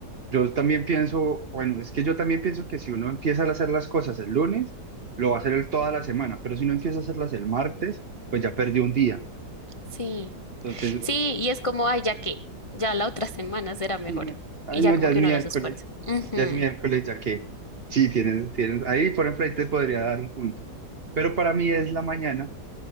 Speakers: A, on the right; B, on the left.
A: Yo también pienso, bueno, es que yo también pienso que si uno empieza a hacer las cosas el lunes, lo va a hacer el- toda la semana, pero si uno empieza a hacerlas el martes, pues ya perdió un día.
B: Sí,
A: Entonces,
B: sí, y es como, ay, ya que, ya la otra <laughs> semana será mejor.
A: sí, no, ay,
B: Y ya
A: no,
B: como
A: ya
B: que
A: es miércoles,
B: uno no se esfuerza. Ujú.
A: ya es miércoles, ya que, sí, tienes, tienes, ahí, por ejemplo, ahí te podría dar un punto, pero para mí es la mañana